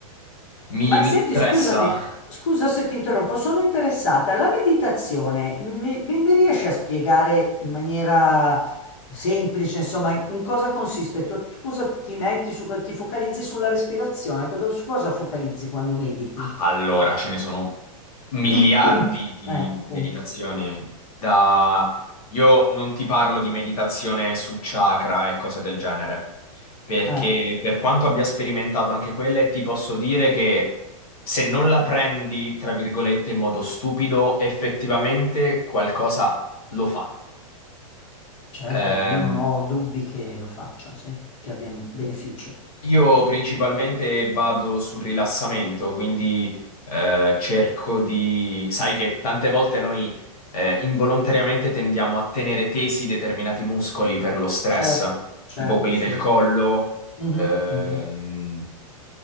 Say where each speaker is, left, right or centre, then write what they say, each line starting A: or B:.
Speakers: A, on the left; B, on the left.
A: mi,
B: Ma
A: mi
B: senti,
A: stressa
B: scusami, scusa se ti interrompo, sono interessata. La meditazione mi, mi- mi riesci a spiegare in maniera semplice, insomma, in, in cosa consiste? Tu, tu cosa ti metti su, quel- ti focalizzi sulla respirazione? Cosa- Su cosa focalizzi quando mediti?
A: Allora, ce ne sono
B: <clears throat>
A: miliardi di
B: Eh, appunto.
A: meditazioni. Da... Io non ti parlo di meditazione su chakra e cose del genere, perché
B: Eh,
A: per quanto abbia sperimentato anche quelle, ti posso dire che se non la prendi, tra virgolette, in modo stupido, effettivamente qualcosa lo fa.
B: certo,
A: Ehm,
B: ma io non ho dubbi che lo faccia, sì, che abbia un beneficio. Eh,
A: Io principalmente vado sul rilassamento, quindi eh, cerco di... Sai che tante volte noi eh, involontariamente tendiamo a tenere tesi determinati muscoli per lo stress,
B: certo, certo,
A: tipo quelli
B: sì.
A: del collo.
B: Mhm,
A: ehm,
B: mhm.